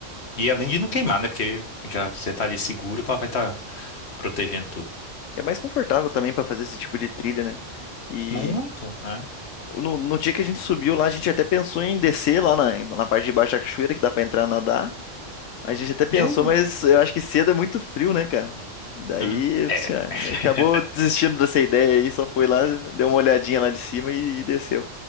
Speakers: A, on the left (about 60°); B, on the left (about 90°).
A: E além de não queimar, né? Porque já você tá ali seguro que ela vai estar protegendo tudo.
B: É mais confortável também pra fazer esse tipo de trilha, né? E
A: Muito, né?
B: no, no dia que a gente subiu lá, a gente até pensou em descer lá na, na parte de baixo da cachoeira, que dá pra entrar nadar. A gente até pensou,
A: E aí?
B: mas eu acho que cedo é muito frio, né, cara? Daí,
A: Hum,
B: assim,
A: é.
B: ah,
A: <laughs>
B: acabou desistindo dessa ideia aí, só foi lá, deu uma olhadinha lá de cima e, e desceu.